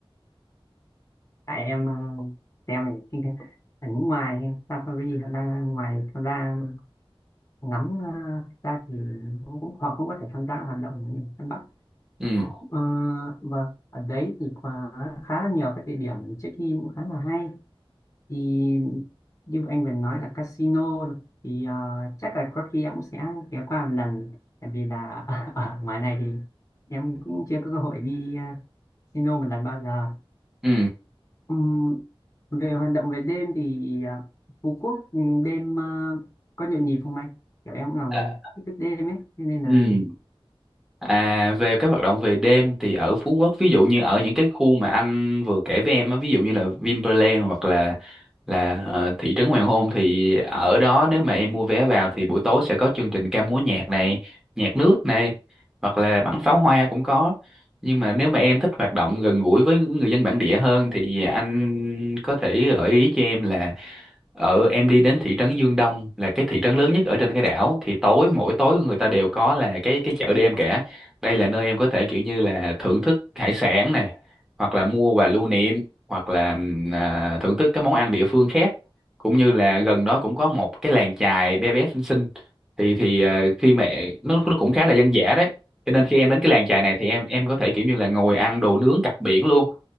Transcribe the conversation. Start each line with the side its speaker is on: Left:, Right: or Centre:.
Left: tại em ờ, xem thì cái, cái ở ngoài Safari họ đang ngoài tham gia ngắm ờ, ra thì cũng, cũng họ cũng có thể tham gia hoạt động như săn bắt
Centre: ừ
Left: Ờ, vâng ở đấy thì khá, khá là nhiều các địa điểm check-in cũng khá là hay thì như anh vừa nói là casino thì ờ, chắc là có khi em cũng sẽ ghé qua một lần tại vì là <laughs> ở ngoài này thì em cũng chưa có cơ hội đi ờ, casino một lần bao giờ
Centre: ừ
Left: Ừm, về hoạt động về đêm thì à, Phú Quốc ừm, đêm à, có nhộn nhịp không anh? Kiểu em cũng là người
Centre: À,
Left: thích thức đêm ấy, cho nên là
Centre: ừ À, về các hoạt động về đêm thì ở Phú Quốc ví dụ như ở những cái khu mà anh vừa kể với em á ví dụ như là Vinpearl hoặc là là ờ, thị trấn Hoàng Hôn thì ở đó nếu mà em mua vé vào thì buổi tối sẽ có chương trình ca múa nhạc này nhạc nước này hoặc là bắn pháo hoa cũng có nhưng mà nếu mà em thích hoạt động gần gũi với người dân bản địa hơn thì anh có thể gợi ý cho em là ở em đi đến thị trấn Dương Đông là cái thị trấn lớn nhất ở trên cái đảo thì tối mỗi tối người ta đều có là cái cái chợ đêm cả đây là nơi em có thể kiểu như là thưởng thức hải sản này hoặc là mua và lưu niệm hoặc là ừm, à, thưởng thức các món ăn địa phương khác cũng như là gần đó cũng có một cái làng chài bé bé xinh xinh thì thì ờ, khi mà nó nó cũng khá là dân dã đấy cho nên khi em đến cái làng chài này thì em em có thể kiểu như là ngồi ăn đồ nướng cặp biển luôn